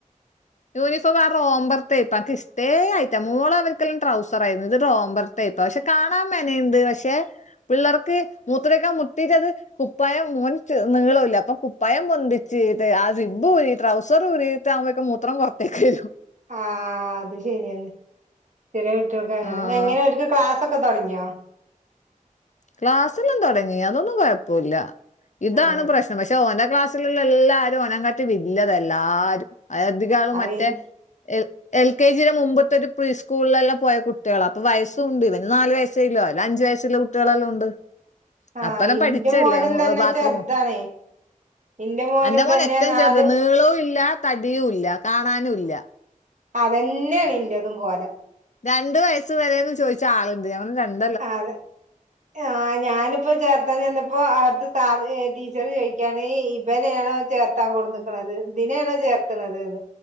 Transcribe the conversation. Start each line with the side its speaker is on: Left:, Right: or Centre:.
Left: യൂണിഫോമാ റോംബർത്തെ പ്പാക്ക് ഇഷ്ടേ ആയിട്ട്ല്ല മോളവര്ക്കെല്ലാം ട്രൗസർ ആയിരുന്നു ഇത് റോമ്പർ ട്ട് പ്പ പക്ഷെ കാണാ മെനയ്ണ്ട് പക്ഷെ പിള്ളേർക്ക് മൂത്രയ്ക്കാ മുട്ടിറ്റത്. കുപ്പായം മോൻ ചെ നീളുല്ല അപ്പൊ കുപ്പായം പൊന്തിച്ച് ദേ ആ സിബ്ബൂരി ട്രൗസറൂരി. ട്ടാവുമ്പഴേക്ക് മൂത്രം പൊർത്തേക്കരും.
Right: ആഹ് അത് ശര്യാണ് ചെറ്യേ കുട്ട്യേൾക്കങ്ങനെ
Left: ആഹ്
Right: എങ്ങനെ ഓൽക്ക് ക്ലാസൊക്കെ തൊട്ങ്ങ്യോ.
Left: ക്ലാസ്ല്ല്ലാം തൊടങ്ങി അതൊന്നും കൊഴപ്പൂല്ല ഇതാണ്
Right: ആഹ്
Left: പ്രശ്നം പക്ഷെ ഓൻ്റെ ക്ലാസ്. സ്ല്ള്ള എല്ലാരും ഒനകാട്ടി വില്ലത എല്ലാരും അ അധികാളും
Right: അത്
Left: മറ്റേ എൽ. എൽ കെ ജിടെ മുമ്പത്തൊരു പ്രീ സ്കൂൾലല്ല പോയ കുട്ട്യാളാ അപ്പൊ വയസ്സുണ്ട് ഇവന് നാല് വയസ്സെയുള്ളൂ അവര് അഞ്ചു വയസുള്ള കു ട്ട്യളെല്ലു ഉണ്ട്
Right: ആഹ്
Left: അപ്പനാ പഠിച്ചല്ലേ
Right: ഇന്റെ മോനും
Left: മൊ
Right: തന്നെ
Left: ബാത്റൂമ
Right: ചെറുതാണേ ഇന്റെ മോനും
Left: അന്റെ മോൻ
Right: തന്നെ
Left: എറ്റും
Right: നാല്
Left: ചെറ്ത് നീളു ഇല്ല തടിയുല്ല കാണാനുല്ല.
Right: അതന്നെണ് ഇന്റതും കോലം.
Left: രണ്ടു വയസ്സ് വരെന്ന് ചോയിച്ചാ ആള്ണ്ട് ഞാ പർഞ്ഞ് ര
Right: ആതെ. ആഹ് ഞാന്പ്പ ചേർത്താൻ ചെന്നപ്പോ അവർത്തെ സാറ് ഏ ടീച്ചറ് ചോയിക്ക്യാണ് ഏ ഇബനേണോ. ചേർത്താ കൊട്ന്ന്ക്ക്ണത് തിനെണോ ചേർത്തണത് ന്ന്.